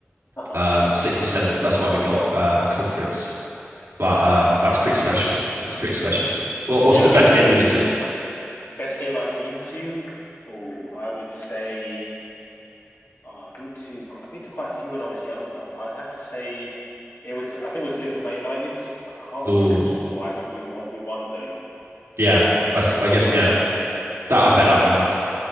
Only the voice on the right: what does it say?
um, sixth or seventh. That's why we got um, conference. But um, that was pretty special. That's pretty special. What what's
the
best
game you've
been to?
Oh,
yeah.
That's
I guess
yeah.
That I bet that went off.